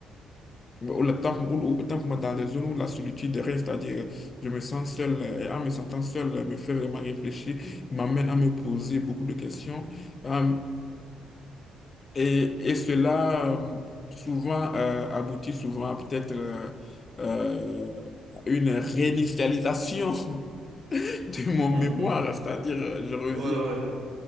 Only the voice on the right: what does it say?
<laughs>
Ouais, ouais.